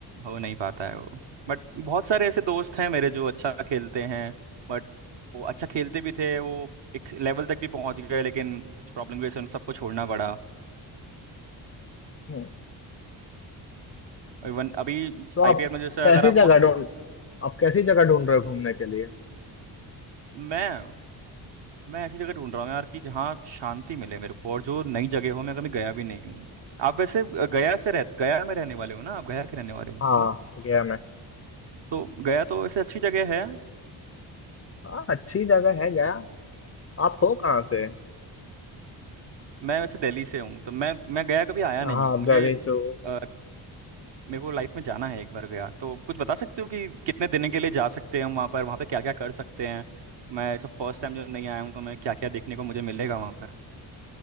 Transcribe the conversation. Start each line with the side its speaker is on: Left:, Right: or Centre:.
Right: हो नहीं पाता है वो बट बहुत सारे ऐसे दोस्त हैं मेरे जो अच्छा खेलते हैं बट वो अच्छा खेलते भी थे वो एक लेवल तक भी पहुंच गए लेकिन कुछ प्रॉब्लम की वजह से उन सबको छोड़ना पड़ा
Left: हम्म,
Right: इवन अभी
Left: तो आप
Right: आईपीएल में जैसे
Left: कैसी
Right: अगर आप फॉ-
Left: जगह ढूंढ आप कैसी जगह ढूंढ रहे हो घूमने के लिए
Right: मैं मैं ऐसी जगह ढूंढ रहा हूँ यार कि जहाँ शांति मिले मेरे को और जो नई जगह हो मैं कभी गया भी नहीं हूँ आप वैसे गया से रह गया में रहने वाले हो ना आप गया के रहने वाले हो है
Left: हाँ
Right: ना
Left: गया मैं
Right: तो गया तो वैसे अच्छी जगह है
Left: हाँ अच्छी जगह है गया आप हो कहाँ से
Right: मैं वैसे दिल्ली से हूँ तो मैं मैं गया कभी आया
Left: अच्छा
Right: नहीं
Left: हाँ
Right: हूँ
Left: आप
Right: मुझे
Left: दिल्ली से हो
Right: अ, मेरे को लाइफ में जाना है एक बार गया तो कुछ बता सकते हो कि कितने दिन के लिए जा सकते हैं हम वहाँ पर वहाँ पे क्या क्या कर सकते हैं मैं सब फर्स्ट टाइम जब नहीं आया हूँ तो मैं क्या क्या देखने को मुझे मिलेगा वहाँ पर